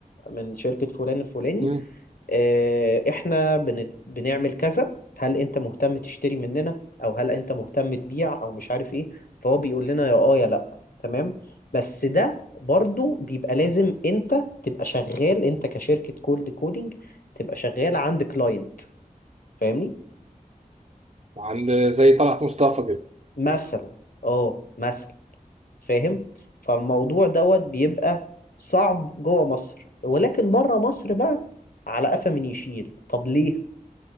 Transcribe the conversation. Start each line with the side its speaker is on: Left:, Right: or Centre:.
Left: من شركه فلان الفلاني
Right: مم.
Left: آه، احنا بن... بنعمل كذا هل انت مهتم تشتري مننا او هل انت مهتم تبيع او مش عارف ايه فهو بيقول لنا يا اه يا لا تمام بس ده برضو بيبقى لازم انت تبقى شغال انت كشركة كولد كولينج تبقى شغال عند كلاينت فاهمني
Right: عند زي طلعت مصطفى كده
Left: مثلا اه مثلا فاهم فالموضوع دوت بيبقى صعب جوه مصر ولكن بره مصر بقى على قفا من يشيل طب ليه